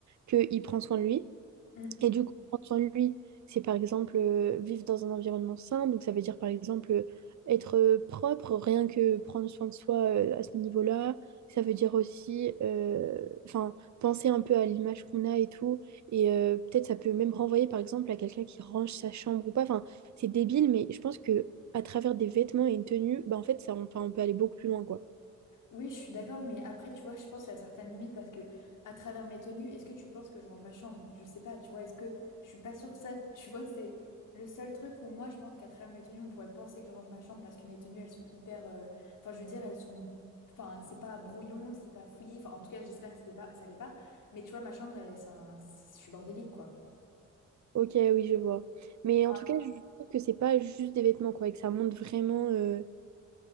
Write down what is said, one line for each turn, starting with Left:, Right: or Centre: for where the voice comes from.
Right: qu'il prend soin de lui.
Left: Mm, mm.
Right: Et du coup, prendre soin de lui, c'est par exemple euh, vivre dans un environnement sain. Donc, ça veut dire par exemple euh, être euh, propre, rien que prendre soin de soi euh, à ce niveau-là. Ça veut dire aussi euh, enfin, penser un peu à l'image qu'on a et tout. Et euh, peut-être ça peut même renvoyer par exemple à quelqu'un qui range sa chambre ou pas. Enfin, c'est débile, mais je pense que à travers des vêtements et une tenue, bah, en fait, ça, enfin, on peut aller beaucoup plus loin, quoi.
Left: Oui, je suis d'accord, mais après, tu vois, je pense qu'il y a certaines limites parce que, à travers mes tenues, est-ce que tu penses que je range ma chambre? Je sais pas, tu vois, est-ce que je suis pas sûre de ça, <laughs> tu vois, c'est le seul truc où moi, je pense qu'à travers mes tenues, on pourrait penser que je range ma chambre parce que mes tenues, elles sont hyper, euh, enfin, je veux dire, elles sont, enfin, c'est pas brouillon, c'est pas fouillis, enfin, en tout cas, j'espère que ça l'est pas, ça l'est pas, mais tu vois, ma chambre, elle, c'est un- je suis bordélique, quoi.
Right: Ok, oui, je vois. Mais
Left: Enfin,
Right: en tout cas, je trouve que c'est pas juste des vêtements, quoi, et que ça montre vraiment. euh,